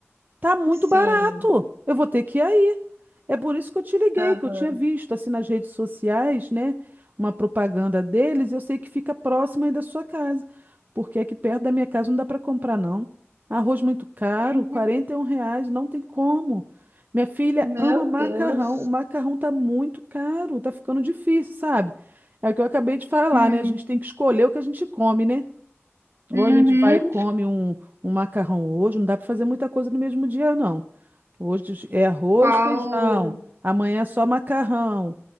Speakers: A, on the right; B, on the right.
A: Tá muito
B: Sim.
A: barato. Eu vou ter que ir aí. É por isso que eu te liguei,
B: Aham.
A: que eu tinha visto assim nas redes sociais, né, uma propaganda deles, e eu sei que fica próximo aí da sua casa, porque aqui perto da minha casa não dá para comprar não. Arroz muito caro,
B: Uhum.
A: 41 reais, não tem como. Minha filha
B: Meu
A: ama macarrão,
B: Deus.
A: o macarrão tá muito caro, tá ficando difícil, sabe? É o que eu acabei de falar,
B: Hum,
A: né? A gente tem que escolher o que a gente come, né?
B: uhum.
A: Ou a gente vai e come um, um macarrão hoje, não dá para fazer muita coisa no mesmo dia, não. Hoje é arroz,
B: Qual,
A: feijão. Amanhã é só macarrão.